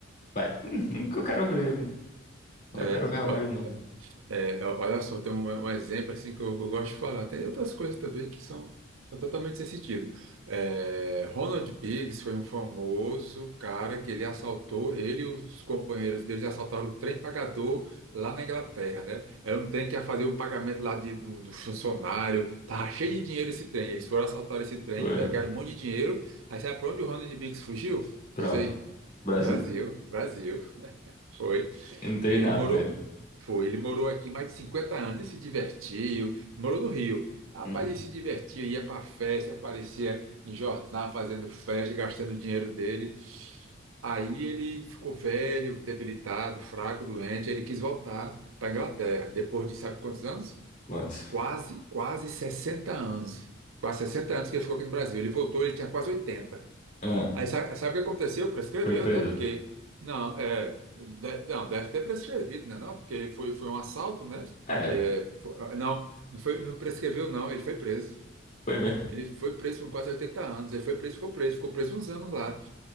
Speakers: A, on the left; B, on the right.
A: Vai, <laughs> nunca eu quero ver. um-
B: é.
A: Eu quero roubar
B: Ó,
A: de novo.
B: É, ó- olha só, tem um, um exemplo assim que eu, eu gosto de falar. Tem outras coisas também que são totalmente sem sentido. É, Ronald Biggs foi um famoso cara que ele assaltou, ele e os companheiros deles assaltaram o trem pagador lá na Inglaterra, né? Era um trem que ia fazer um pagamento lá de, do, do funcionário, tava cheio de dinheiro esse trem. Eles foram assaltar esse trem,
A: Foi.
B: pegaram um monte de dinheiro. Aí sabe pra onde o Ronald Biggs fugiu?
A: Pronto.
B: Diz aí,
A: Brasil?
B: Brasil, Brasil. Foi.
A: Eu não teve
B: Ele
A: nada
B: morou,
A: com ele.
B: foi, ele morou aqui mais de 50 anos e se divertiu. Morou no Rio. Rapaz,
A: Uhum.
B: ele se divertia, ia para festa, aparecia em jornal fazendo festa, gastando o dinheiro dele. Aí ele ficou velho, debilitado, fraco, doente. Ele quis voltar para Inglaterra, depois de sabe quantos anos?
A: Pronto.
B: Quase, quase 60 anos. Quase 60 anos que ele ficou aqui no Brasil. Ele voltou, ele tinha quase 80.
A: Ah,
B: Aí sabe, sabe o que aconteceu? Prescreveu,
A: foi preso.
B: né? Porque, não, é, de- não, deve ter prescrevido, né? Não, porque foi, foi um assalto, né?
A: É,
B: É, fo- ah, não, não, foi, não prescreveu, não. Ele foi preso.
A: foi mesmo,
B: Ele foi preso por quase 80 anos. Ele foi preso, ficou preso, ficou preso uns anos lá.